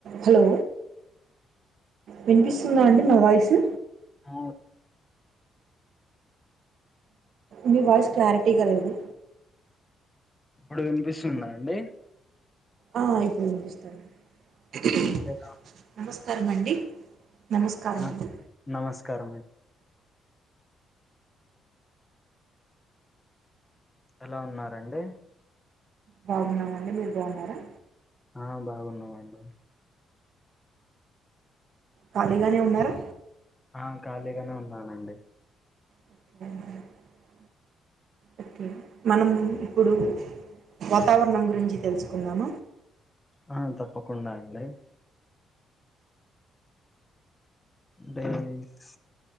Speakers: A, on the right; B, on the left.
A: Hello వినిపిస్తుందా అండి నా వాయిసు
B: ఆ,
A: మీ వాయిస్ క్లారిటీగా లేదు
B: ఇప్పుడు కనిపిస్తుందా అండి
A: ఆ ఇప్పుడు పనిపిపస్తుంది
B: ఎలా
A: నమస్కారం అండి నమస్కారం
B: అ
A: అండి
B: నమస్కారం అండి ఎలా ఉన్నారండి
A: బాగున్నామండి మీరు బాగున్నారా
B: ఆ బాగున్నామండి
A: ఖాళీగానే ఉన్నారా
B: ఆ ఖాళీగానే ఉన్నానండి
A: మ్ ఒకే మనం ఇప్పుడు వాతావరణం గురించి తెలుసుకుందామ
B: ఆ తప్పకుండా అండి డేనిస్